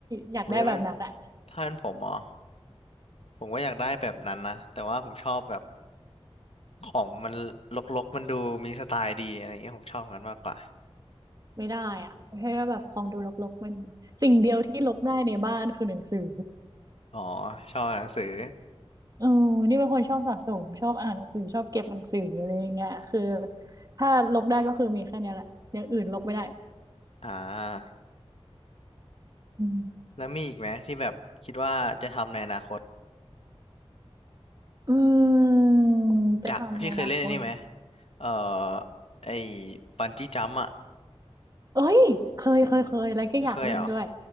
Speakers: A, on the right (about 35°); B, on the left (about 70°).
A: อยากได้แบบนั้นอะ
B: เว้ยเป็นถ้าเป็นผมเหรอ ผมก็อยากได้แบบนั้นนะแต่ว่าผมชอบแบบของมันรกๆมันดูมีสไตล์ดีอะไรเงี้ยผมชอบงั้นมากกว่า
A: ไม่ได้อ่ะแค่แบบของดูรกๆมันสิ่งเดียวที่รกได้ในบ้านคือหนังสือ
B: <laughs> อ๋อชอบอ่านหนังสือ
A: เออนี่เป็นคนชอบสะสมชอบอ่านหนังสือชอบเก็บหนังสืออะไรอย่างเงี้ยคือถ้าลกได้ก็คือมีแค่เนี้ยแหละอย่างอื่นลกไม่ได้
B: อ่า
A: อืม
B: แล้วมีอีกไหมที่แบบคิดว่าจะทำในอนาคต
A: อืมจะทำในอนาคต
B: อยากพี่เคยเล่นอันนี้ไหมเอ่อไอ้บันจี้จัมป์อ่ะ
A: เอ้ยเคยเคยเคยแล้วก็อยากเล่นด้วย
B: เคยเหรอ